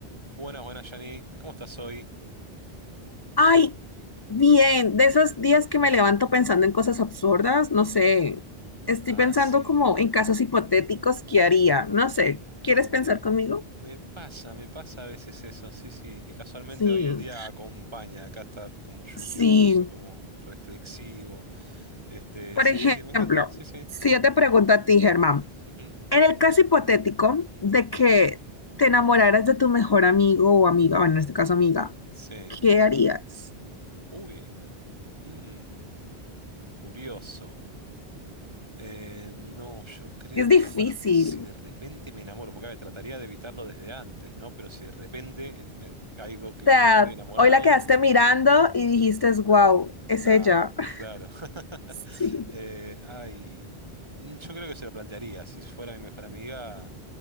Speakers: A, on the right; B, on the left.
A: Buenas, buenas, Yanni. ¿Cómo estás hoy?
B: Ay, bien, de esos días que me levanto pensando en cosas absurdas, no sé, estoy
A: Ah,
B: pensando
A: sí.
B: como en casos hipotéticos que haría, no sé, ¿quieres
A: Me,
B: pensar conmigo?
A: me pasa, me pasa a veces eso, sí, sí. Y casualmente
B: Sí,
A: hoy el día acompaña. Acá está como lluvioso,
B: sí.
A: como reflexivo. Este,
B: Por
A: sí,
B: ejemplo,
A: sí, sí, me encanta, sí, sí.
B: si yo te pregunto a ti, Germán,
A: Ujú.
B: en el caso hipotético de que te enamoraras de tu mejor amigo o amiga, bueno, en este caso amiga,
A: Sí.
B: ¿qué harías?
A: Uy, mm, curioso. Eh, no, yo creo
B: Es difícil.
A: que, bueno, si de repente me enamoro, porque a ver, trataría de evitarlo desde antes, ¿no? Pero si de repente eh, me caigo que,
B: O
A: en
B: sea,
A: que estoy enamorado,
B: hoy la quedaste mirando y dijiste, wow, es
A: la
B: ella.
A: amo,
B: <laughs>
A: claro. <laughs>
B: Sí.
A: Eh, ay, mm, yo creo que se lo plantearía. Si fuera mi mejor amiga,